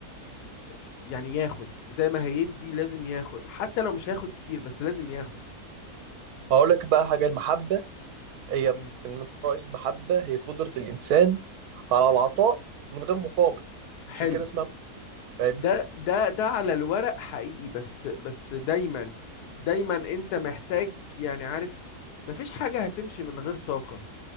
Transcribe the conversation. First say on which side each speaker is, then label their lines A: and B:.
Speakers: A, on the left; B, on the right.
A: يعني ياخد زي ما هيدي لازم ياخد حتى لو مش هياخد كتير بس لازم ياخد
B: هقول لك بقى حاجة المحبة هي
A: مم.
B: إن أنا رأيي المحبة هي قدرة الإنسان على العطاء من غير مقابل
A: حلو
B: عشان كده اسمها فاهمني
A: ده ده ده على الورق حقيقي بس بس دايما دايما انت محتاج يعني عارف مفيش حاجة هتمشي من غير طاقة